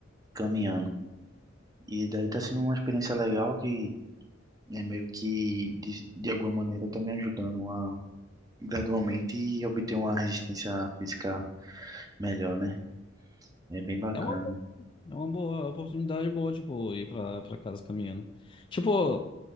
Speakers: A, on the right; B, on the left.
A: caminhando. E daí tá sendo uma experiência legal que é meio que, de, de alguma maneira, tá me ajudando a gradualmente obter uma resistência física melhor, né? É bem bacana.
B: É uma, bo- é uma boa é uma oportunidade boa, tipo, ir pra, pra casa caminhando. Tipo,